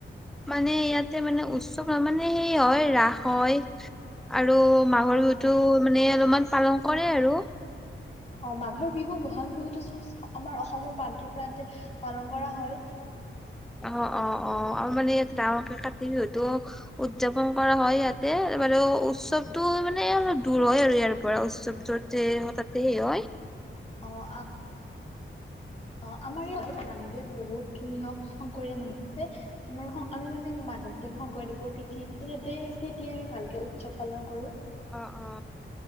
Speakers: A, in the centre; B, on the left (about 30°).
A: মানে ইয়াত মানে উৎসৱ নহ মানে সেই হয় ৰাস হয়। আৰু মাঘৰ
B: অ',
A: বিহুটো
B: অ'।
A: মানে অলপমান পালন কৰে আৰু।
B: অ মাঘৰ বিহু বহাগ বিহুতো আমাৰ অসমৰ প্ৰান্তে প্ৰান্তে পালন কৰা হয়।
A: অ অ অ আৰু মানে ই ডাঙৰকে কাতি বিহুটো উদযাপন কৰা হয় ইয়াতে বাৰু উৎসৱটো মানে অলপ দূৰ হয় আৰু ইয়াৰ পৰা উৎসৱ যত যে হয় তাতে সেই হয়।
B: অ অহ। অ আমাৰ ই ৰামদোত বহুতখিনি হওক শংকৰীয়া মানুহ আছে আমাৰ আমি মানে মাধৱদেৱ শংকৰদেৱৰ তিথি তে তিয়ে আমি ভালকে উৎসৱ পালন কৰো।
A: অ অ